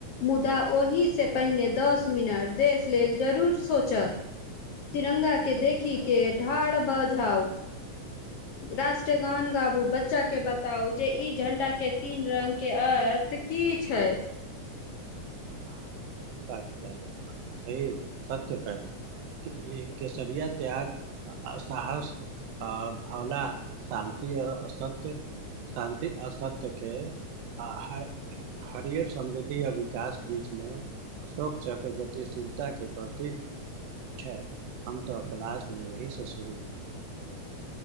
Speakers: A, on the left; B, on the right.
A: मुदा ओ ओहिसँ पहिने, दस मिनट देश लेल जरूर सोचऽ। तिरंगा के देखी के ठाड़ भ जाउ। राष्ट्रगान गाबू, बच्चा के बताउ, जे ई झण्डा के तीन रङ्गके अर्थ की छै।
B: हँ, सही बात कलू, सही सत्य कलहु। केसरिया त्याग, आ साहस आर धौला शान्ति आ असत्य। शान्ति असत्यके, आ हरियर समृद्धि आ विकास बीचमे, अशोक चक्र गतिशीलता के प्रतीक छै, हम तऽ क्लासमे एहिसँ शुरू